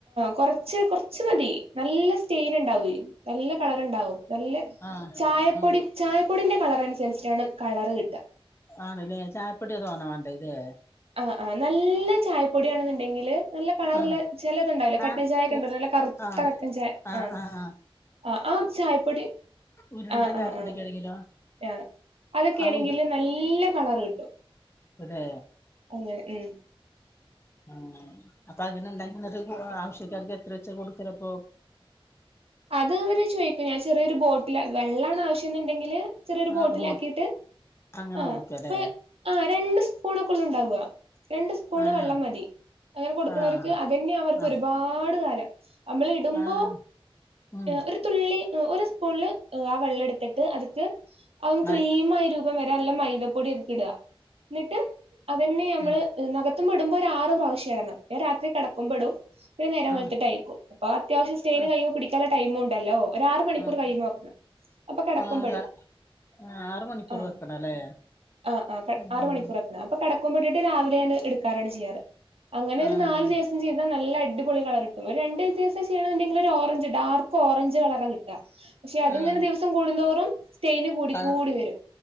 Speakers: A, on the right; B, on the left.
A: കുറച്ച് കുറച്ച് മതി നല്ല സ്റ്റെയിൻ ഉണ്ടാവു നല്ല കളർ ഉണ്ടാവും നല്ല
B: ആഹ്
A: ചായപ്പൊടി
B: ആഹ്
A: ചായപ്പൊടിന്റെ കളർ അനുസരിച്ചട്ടാണ് കളറ് കിട്ടുക
B: ആണല്ലേ ചായപ്പൊട്ടിയ തോന്ന വേണ്ട ഇതേ
A: ആഹ ആ നല്ല ചായപ്പൊട ആണെന്നുണ്ടെങ്കില് നല്ല കളറില
B: ആഹ്
A: ചില ഇതുണ്ടാവില്ലോ കട്ടൻ
B: ആഹ്
A: ചായ ഒക്കെ
B: ഉ
A: ഉണ്ടാവ നല്ല കറുത്ത
B: ആഹ്
A: കട്ടൻ ചായ
B: ആഹ്
A: ആ
B: ആഹ് ആഹ്
A: ആ ആഹ ചായപ്പൊടി
B: ഉരുണ്ട
A: ആഹ
B: ചായപ്പൊടിയൊക്കെ
A: ആഹ ആഹ
B: ആണെങ്കിലോ
A: ആഹ അതൊക്കെയാണെങ്കില്
B: ആ ഉരു
A: നല്ല കളർ കിട്ടും
B: അടെ
A: ഉ ഉം
B: ആ അപ്പൊ അങ്ങനെ ഉണ്ടിന ആവശ്യക്കാർക്ക് എത്ര വെച്ച കൊടുക്കലപ്പൊ
A: അത് അവര് ചോദിക്കും ഞാൻ ചെറിയൊരു ബോട്ടിൽ വെള്ളാണ് ആവശ്യം എന്നുണ്ടെങ്കില് ചെറിയൊരു
B: ആഹ്
A: ബോട്ടില
B: ബോ
A: ആാക്കിയിട്ട്
B: അങ്ങനെ
A: ആ
B: കൊടുക്കല്ലേ
A: അപ്പ ആ രണ്ട് സ്പൂണൊക്കെള്ള ഉണ്ടാവുക രണ്ട് സ്പൂണ്
B: ആഹ്
A: വെള്ളം മതി അങ്ങനെ കൊടുക്കണവർക്ക്
B: ആഹ്
A: അതന്നെയ അവർക്ക്
B: ആഹ്
A: ഒരുപാട് കാലം നമ്മൾ ഇടുമ്പോ
B: ആഹ് ഉം
A: ഒരു തുള്ളി ഒരു സ്പൂണിൽ ആ വെള്ളം എടുത്തിട്ട് അതക്ക് അ ക്രീമായി
B: ആഹ്
A: ഒരു വരെല്ലാം മൈദപ്പൊടി എക്ക ഇടുക എന്നിട്ട് അതന്നെ നമ്മള്
B: ഉം
A: നകത്തുമ പെടുമ്പോ ഒ ആറു പ്രാവശ്യംടണം ഞാൻ രാത്രി കടക്കുമ്പോെടും പിന്ന നേര
B: ആഹ്
A: വെളുത്തിട്ട്യക്കും അപ്പൊ അത്യാവശം സ്റ്റെയിന്
B: ആഹ്
A: കഴിയുമ്പോ പിടിക്കാന ടൈം ഉണ്ടല്ലോ ഒരാർ മണിക്കൂർ
B: ആഹ്
A: കഴിയുമ്പോ നോക്കണം അപ്പൊ കിടക്കുമ
B: ആഹ്
A: പെടും
B: ആഹ് ആറ് മണിക്കൂർ
A: ആഹ
B: വെക്കണല്ലേ
A: ആഹ ആ
B: ഉം
A: ആറ മണിക്കൂർക്കണ അൊ കടക്ക പട്ടിട്ട് രാവിലെയാണ് എടുക്കാറാണ് ചെയ്യാറ് അങ്ങനെ
B: ആഹ്
A: ഒരു നാല് ദിവസം ചെയ്താ നല്ല അടിപൊളി കളർ ഇട്ടും ഒരു രണ്ട് ദിവസം ചെയ്യണണ്ടെങ്കിൽ ഒരു ഓറഞ്ച് ഡാർക്ക് ഓറഞ്ച് കളറ കിട്ടുക പക്ഷെ അതിങ്ങനെ
B: ആഹ്
A: ദിവസം കൂടുന്തോറും സ്റ്റെയിന് കൂടി
B: കളർ
A: കൂടി വരും